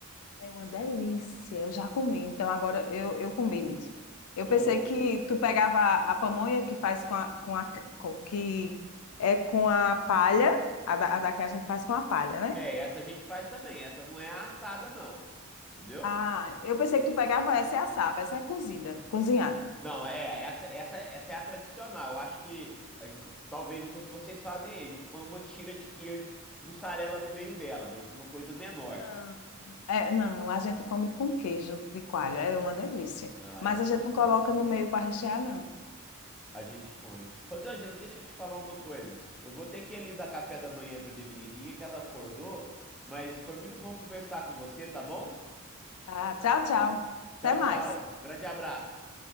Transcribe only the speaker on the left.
É uma delícia. Eu já comi, então agora eu, eu comi mesmo. Eu
pensei que tu pegava a, a pamonha que faz com a, com a com- que é com a palha, a da, a da que a gente faz com a palha, né?
Ah, eu pensei que tu pegava essa e assava, essa é cozida, cozinhada.
Não. É, não, a gente come com queijo de coalho, é uma delícia.
Mas
a gente não coloca no meio para rechear, não.
Tá, tchau, tchau.
Até mais.